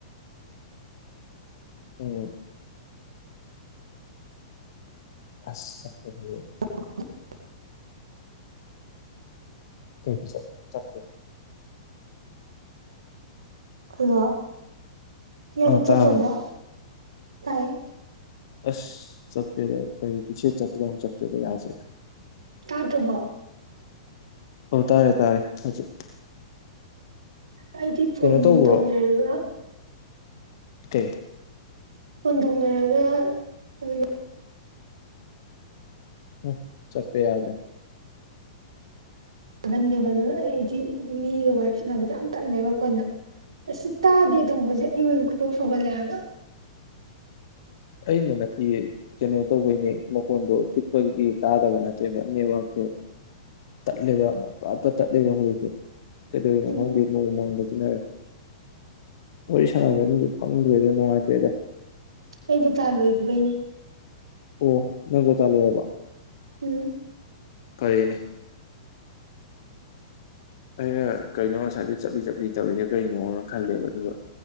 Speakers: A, on the left (about 50°); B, on the right (about 70°).
A: ꯎꯝ ꯑꯁ ꯆꯠꯄꯕꯨ
B: <unintelligible>
A: ꯀꯩ ꯈꯨꯆꯞꯅꯣ ꯆꯞꯄꯦ
B: ꯍꯜꯂꯣ ꯌꯥꯝ
A: ꯑ
B: ꯆꯞꯄꯕꯣ
A: ꯇꯥꯔꯕꯣ
B: ꯇꯥꯢꯌꯦ
A: ꯑꯁ ꯆꯄꯦꯗ ꯀꯩꯅꯣ ꯀꯦꯁꯦꯠ ꯆꯞꯄꯗꯧꯅ ꯆꯞꯄꯦꯗ ꯌꯥꯗ꯭ꯔꯦ
B: ꯇꯥꯗ꯭ꯔꯕꯣ
A: ꯑꯣ ꯇꯥꯔꯦ ꯇꯥꯔꯦ ꯍꯧꯖꯤꯛ
B: ꯑꯩꯗꯤ ꯐꯣꯟ
A: ꯀꯩꯅꯣ ꯇꯧꯕ꯭ꯔꯣ
B: ꯇꯧꯅꯔꯒ
A: ꯀꯩ
B: ꯐꯣꯟꯇꯧꯅꯔꯒ ꯑꯗꯨꯝ
A: ꯎꯝ ꯆꯠꯄ ꯌꯥꯗ꯭ꯔꯦ
B: ꯇꯟꯒꯟꯗꯦꯕ ꯑꯗꯣ ꯑꯩꯗꯤ ꯃꯤꯒ ꯋꯥꯔꯤ ꯁꯅꯕꯁꯦ ꯌꯥꯝ ꯇꯜꯂꯦꯕ ꯐꯣꯟꯗ ꯑꯁ ꯇꯥꯗꯦ ꯇꯧꯕꯁꯦ ꯑꯩ ꯑꯣꯏꯅ ꯈꯣꯏꯗꯧ ꯁꯥꯎꯒꯠꯂꯦ ꯍꯥꯏꯕ
A: <inaudible> ꯑꯩꯅ ꯅꯠꯇꯦ ꯀꯩꯅꯣ ꯇꯧꯕꯩꯅꯦ ꯃꯈꯣꯟꯗꯣ ꯄꯤꯛꯄꯒꯤ ꯇꯥꯗꯕ ꯅꯠꯇꯦꯕ ꯅꯦꯠꯋꯥꯛ ꯇꯠꯂꯦꯕ ꯄꯠ ꯄꯠ ꯇꯠꯂꯦꯕ ꯍꯧꯖꯤꯛꯁꯦ ꯀꯩꯗꯧꯔꯤꯅꯣ
B: ꯎꯝ
A: ꯈꯪꯗꯦ ꯅꯣꯡ ꯃꯪꯕꯖꯤꯅꯔ ꯋꯥꯔꯤ ꯁꯥꯟꯅꯕꯝꯁꯨ
B: ꯎꯝ
A: ꯈꯪꯗ꯭ꯔꯦꯗ ꯅꯨꯡꯉꯥꯏꯇꯦꯗ
B: ꯑꯩꯗꯤ ꯗꯥꯇꯥ ꯂꯣꯏꯈꯤꯕꯒꯤꯅꯦ
A: ꯑꯣ ꯅꯪ ꯗꯥꯇꯥ ꯂꯣꯏꯔꯕꯣ
B: ꯎꯝ
A: ꯐꯔꯦꯅꯦ ꯑꯩꯅ ꯀꯩꯅꯣ ꯉꯁꯥꯏꯗꯒꯤ ꯆꯞꯂꯤ ꯆꯞꯂꯤ ꯇꯧꯔꯤꯁꯦ ꯀꯩꯅꯣꯅ ꯈꯜꯂꯦꯕ ꯑꯗꯨꯒ